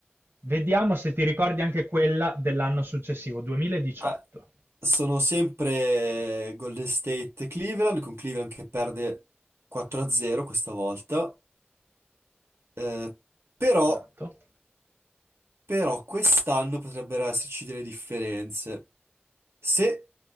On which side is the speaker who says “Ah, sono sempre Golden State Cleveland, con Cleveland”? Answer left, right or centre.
Right